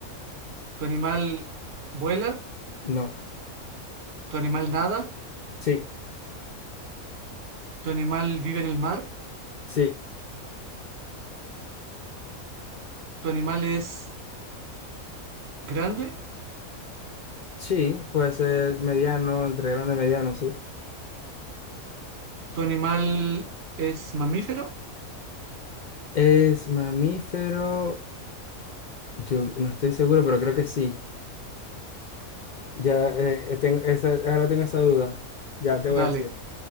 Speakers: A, on the right; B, on the left.
A: ¿Tu animal vuela?
B: no,
A: ¿Tu animal nada?
B: sí,
A: ¿Tu animal vive en el mar?
B: sí,
A: ¿Tu animal es grande?
B: sí, puede ser mediano, entre grande y mediano, sí.
A: ¿Tu animal es mamífero?
B: Es mamífero, yo no estoy seguro, pero creo que sí. Ya eh, eh, tengo esa, ahora tengo esa duda, ya te
A: Dale,
B: voy a decir.